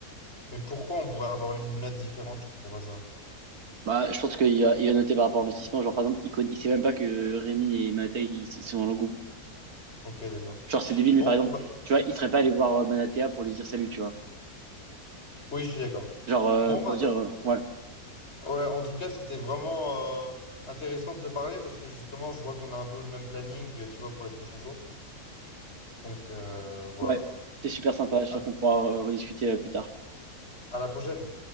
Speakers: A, on the left; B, on the right.
A: Mais pourquoi on pourrait avoir une note différente? Je comprends pas ça.
B: Bah, je pense qu'il a, il a noté par rapport à l'investissement, genre par exemple, il connaît, il sait même pas que Rémi et Mattei ils, ils sont dans le groupe.
A: Ok, d'accord.
B: Genre, c'est débile, mais
A: Bon,
B: par exemple,
A: bah,
B: tu vois, il serait pas allé voir euh, Manatea pour lui dire salut, tu vois.
A: oui, je suis d'accord.
B: Genre, euh,
A: Bon,
B: pour
A: bah,
B: dire,
A: c'est-
B: euh, ouais,
A: ouais, en tout cas, c'était vraiment euh, intéressant de te parler parce que justement, je vois qu'on a un peu le même planning, euh, tu vois, pour les prochains jours. Donc, euh, voilà.
B: ouais, t'es super sympa, je suis
A: à
B: sûr qu'on pourra euh, rediscuter euh, plus tard.
A: à la prochaine.